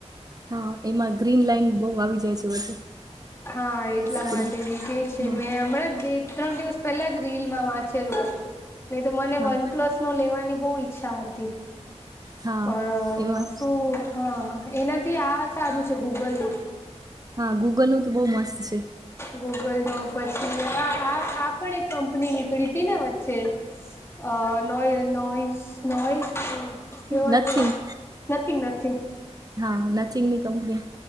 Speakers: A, on the right; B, on the left.
A: હા એમાં ગ્રીન લાઈન બહુ આવી જાય છે વચ્ચે
B: હા એટલા
A: સ્ક્રીન
B: માટે કે છે
A: હા
B: મેં હમણાં બે ત્રણ દિવસ પહેલા જ રીલમાં વાં વાચેલું હતું નહી તો મને
A: હા
B: વન પ્લસ નો લેવાની બહુ ઈચ્છા હતી
A: હા
B: પણ
A: એમાં
B: શું હા એનાથી આ સારું છે ગૂગલનું,
A: હા ગૂગલ નું તો બહુ મસ્ત છે,
B: ગૂગલ નો પછી આ આ પણ એક કંપની નીકળી હતી ને વચ્ચે, અ નો નોયસ નોયસ નોયસ હમ ક્યો
A: નથિંગ
B: હતો નથિંગ નથિંગ
A: હા નથીંગ ની કંપની